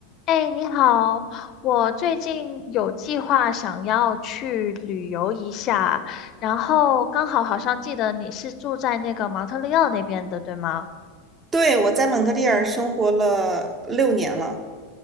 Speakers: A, on the left; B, on the right.
A: 哎，你好，我最近有计划想要去旅游一下，然后刚好好像记得你是住在那个蒙特利尔那边的，对吗？
B: 对，我在蒙特利尔生活了六年了，